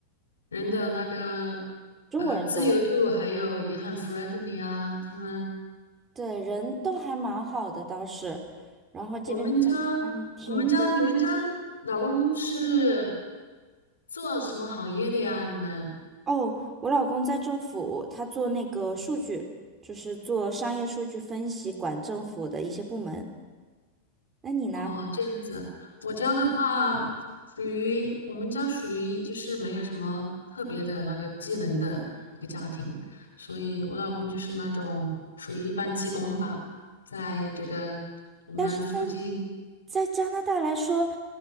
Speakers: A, on the left; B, on the right.
A: 人的那个
B: 中国人多，
A: 呃自由度，还有也很 friendly 啊。他们
B: 对人都还蛮好的倒是，然后这边
A: 我们家，
B: 还挺多
A: 我们家，你们家老公是做什么行业的呀？你们？
B: 哦。我老公在政府，他做那个数据，就是做商业数据分析，管政府的一些部门。那你呢？
A: 哦，这样子，我家的话属于我们家属于就是没有什么特别的那个技能的一个家庭，所以我老公就是那种属于一般技工吧，在这个我们附近，
B: 但是。在加拿大来说，